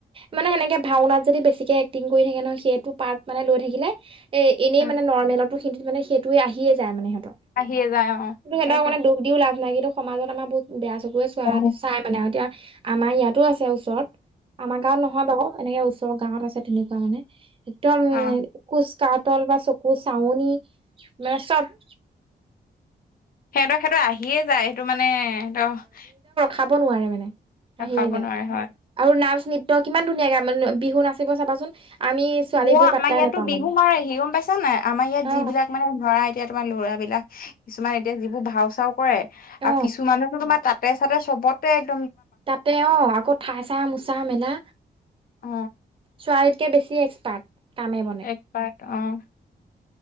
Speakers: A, on the right (about 30°); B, on the left (about 60°).
A: মানে সেনেকে ভাওনাত যদি বেছিকে এক্টিং কৰি থাকে নহয় সেইটো পাৰ্ট মানে লৈ থাকিলে। এনেই
B: অ
A: মানে নৰ্মেলতো সেইটো মানে সেইটোয়ে আহিয়ে যায় মানে কিন্তু
B: আহিয়ে যায় অ
A: সিহঁতক
B: সেইটোৱে
A: মানে দুখ দিও লাভ নাই কিন্তু। সমাজত আমাৰ বহুত বেয়া চকুৰে চোৱা
B: অ
A: চাই মানে আৰু এতিয়া আমাৰ ইয়াতো আছে ওচৰত। আমাৰ গাঁৱত নহয় বাৰু এনেকে ওচৰৰ গাঁৱত আছে তেনেকুৱা মানে একদম
B: অ
A: খোজ কা তল বা চকু চাৱনি মানে চব।
B: সিহঁতৰ-সিহঁতৰ আহিয়ে যায় সেইটো মানে সিহঁতৰ
A: খাব নোৱাৰে মানে আহিয়ে
B: ৰখাব
A: যায়
B: নোৱাৰে হয়
A: আৰু না। নৃত্য কিমান ধুনীয়াাকে মানে বিহু নাচিব চাবাচোন। আমি ছোৱালীবোৰে
B: অ আমাৰ
A: পাত্তাই
B: ইয়াতো
A: নাপাওঁ
B: বিহু
A: মানে
B: মাৰেহি গম পাইছা নাই আমাৰ ইয়াত
A: অ
B: যিবিলাক মানে ধৰা, এতিয়া তোমাৰ লৰাবলাক কিছুমান এতিয়া যিবোৰ ভাও চাও কৰে
A: অ
B: আৰু কিছুমানেতো তোমাৰ তাতে-চাতে সব। বাপেক
A: তাতে অ-আকৌ ঠাই চাই মোচা মেলা।
B: অ
A: ছোৱালীতকে বেছি এক্সপাৰ্ট কামে বনে।
B: এক্সপাৰ্ট অ,